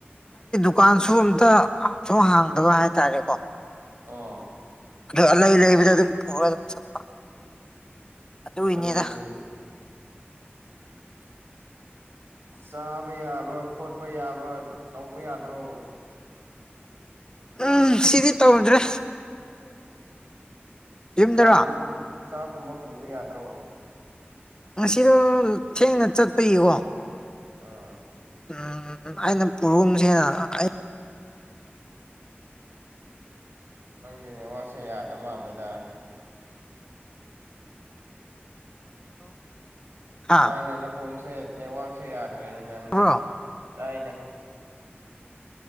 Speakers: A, on the left (about 20°); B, on the right (about 70°).
A: ꯗꯨꯀꯥꯟꯁꯨꯣ ꯑꯝꯇ ꯁꯨꯝ ꯍꯥꯡꯗꯕ ꯍꯥꯏꯇꯥꯔꯦꯀꯣ
B: ꯑꯣ
A: ꯑꯗꯨ ꯑꯂꯩ ꯂꯩꯕꯗ ꯑꯗꯨꯝ ꯄꯨꯔꯒ ꯑꯗꯨꯝ ꯆꯠꯄ ꯑꯗꯨꯏꯅꯦꯗ
B: ꯀꯔꯤ <unintelligible> ꯆꯥꯕ ꯌꯥꯕ ꯈꯣꯠꯄ ꯌꯥꯕ ꯇꯧꯕ ꯌꯥꯗ꯭ꯔꯣ
A: ꯎꯝ ꯁꯤꯗꯤ ꯇꯧꯗ꯭ꯔꯦ ꯌꯨꯝꯗꯔꯣ
B: ꯆꯥꯒꯨꯝꯕ ꯆꯥꯛꯒꯨꯝꯕ ꯄꯨꯕ ꯌꯥꯗ꯭ꯔꯣ
A: ꯉꯁꯤꯗꯣ ꯊꯦꯡꯅ ꯆꯠꯄꯌꯦꯀꯣ
B: ꯑꯥ
A: ꯎꯝ ꯑꯩꯅ ꯄꯨꯔꯛꯨꯝꯁꯦꯅ ꯑꯩ
B: ꯅꯪꯒꯤꯅꯦ ꯋꯥꯁꯦ ꯌꯥꯗ ꯃꯥꯜꯂꯦꯗ
A: ꯍꯥ
B: ꯇꯥꯏꯅꯦꯅꯦ ꯐꯣꯟꯁꯦ ꯅꯦꯠꯋꯥꯛꯛꯁꯦ ꯌꯥꯗ꯭ꯔꯦꯅꯦ ꯅꯪꯒꯤ
A: ꯇꯥꯕ꯭ꯔꯣ
B: ꯇꯥꯏꯅꯦ